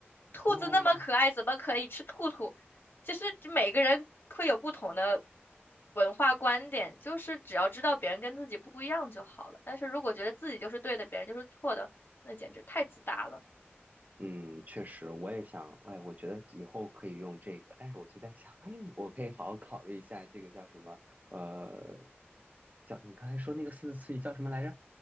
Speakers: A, on the left (about 55°); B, on the right (about 40°).
A: 兔子那么可爱，
B: 哦。
A: 怎么可以吃兔兔？就是每个人会有不同的文化观点，就是只要知道别人跟自己不一样就好了。但是如果觉得自己就是对的，别人就是错的，那简直太自大了，
B: 嗯，确实，我也想，哎，我觉得以后可以用这个，但是我就在想，<laughs> 我可以好好考虑一下这个叫什么，呃，叫你刚才说那个四字词语叫什么来着？